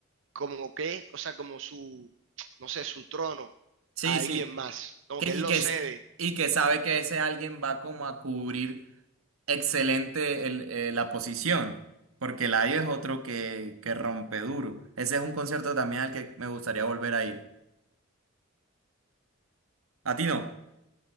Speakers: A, on the right; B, on the right.
A: como que, o sea, como su, no sé, su trono
B: sí,
A: a alguien
B: sí,
A: más, como
B: que,
A: que
B: y,
A: él lo
B: que,
A: cede,
B: es- y que sabe que ese alguien va como a cubrir excelente el- eh, la posición, porque Eladio es otro que, que rompe duro. Ese es un concierto también al que me gustaría volver a ir. ¿A ti no?